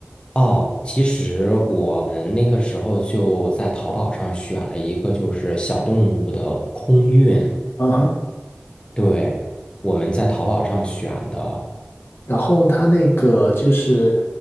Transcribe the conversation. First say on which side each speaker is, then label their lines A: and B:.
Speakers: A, on the left (about 25°); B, on the left (about 70°).
A: 哦，其实我们那个时候就在淘宝上选了一个就是小动物的空运，
B: 啊哈，
A: 对，我们在淘宝上选的。
B: 然后它那个就是